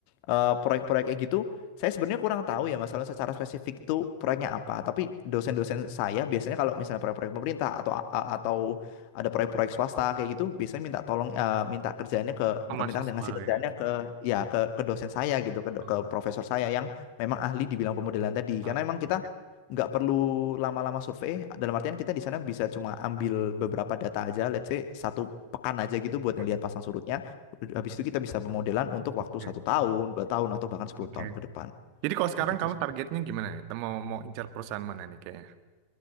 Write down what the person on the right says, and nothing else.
Oh,
mahasiswa
ya.
Oh,
Oke,
oke,
Hmm,
oke.
oke.
Jadi kalau sekarang
kamu
targetnya gimana nih? Mau mau incar perusahaan mana nih kayaknya?